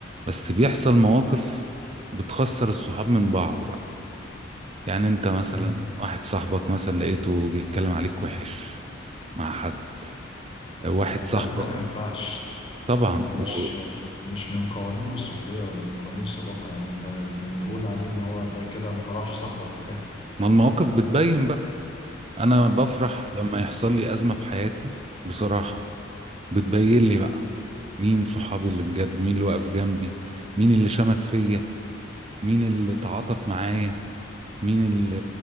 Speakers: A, on the right (about 35°); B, on the left (about 30°).
A: بس بيحصل مواقف بتخسر الصحاب من بعض بقى يعني انت مثلا
B: مم.
A: واحد صاحبك مثلا لقيته بيتكلم عليك وحش مع حد واحد صاحبك
B: لا ده ما ينفعش
A: طبعا
B: دي مش
A: و...
B: من مش من قوانين الصحبية ولا من قوانين الصداقة يعني أنت بنقول عليه إن هو ده كده ما طلعش صاحبك في الآخر
A: ما المواقف بتبين بقى انا بفرح لما يحصل لي ازمه في حياتي بصراحه بتبين لي بقى مين صحابي اللي بجد مين اللي واقف جنبي مين اللي شمت فيا مين اللي تعاطف معايا مين اللي,